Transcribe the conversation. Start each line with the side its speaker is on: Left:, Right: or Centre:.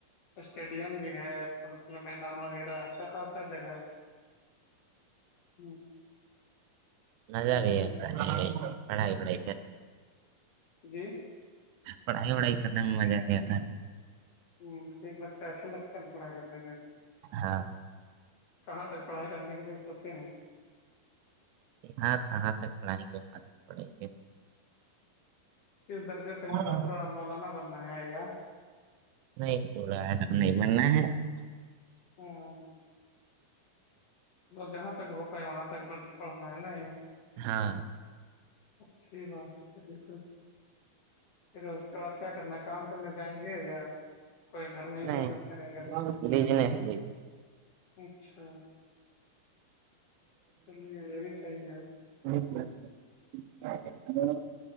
Left: اسٹیڈیم بھی ہے پ اس میں میدان وغیرہ اچھا خاصا جگہ ہے ہوں،
Right: نظ رہی
Left: جی
Right: ہے <unintelligible> ج پڑھائی پڑھائی کر
Left: جی
Right: پڑھائی وڑھائی کرنے میں مزہ آ گیا تھا
Left: ہوں ٹھیک لگتا ہے ایسا لگتا ہے ن پڑھائی کاڑھ <unintelligible>
Right: ہاں
Left: کہاں تک پڑھائی کرنے کے لیے سوچے ہیں
Right: یہاں کہاں تک پڑھائیں گے وہاں تک پڑھیں گے
Left: کس درجے
Right: گے
Left: تک مطلب پورا مولانا بننا ہے گا
Right: نہیں ب رہا ہےدم نہیں ملنا ہے <unintelligible>
Left: ہاں جہاں تک ہو پائے وہاں تک پڑھنا ہے نا
Right: ہاں
Left: اچھیی بات ہے چلیے کوئی پھر اس کے بعد کیا کرنا ہے کام کرنے جائیں گے یا کوئی گھر میں ہی
Right: نہیں
Left: بزنس کریں گا کچھ
Right: بزنس
Left: اچھا چلیے یہ بھی صحیح ہے
Right: جی <unintelligible>